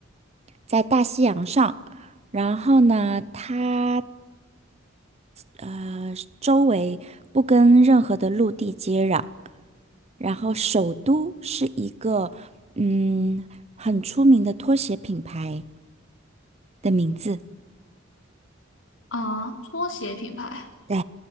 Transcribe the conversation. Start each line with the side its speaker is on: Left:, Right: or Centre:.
Right: 在大西洋上。然后呢，它呃，周围不跟任何的陆地接壤，然后首都是一个嗯很出名的拖鞋品牌的名字。
Left: 啊，拖鞋品牌。
Right: 对，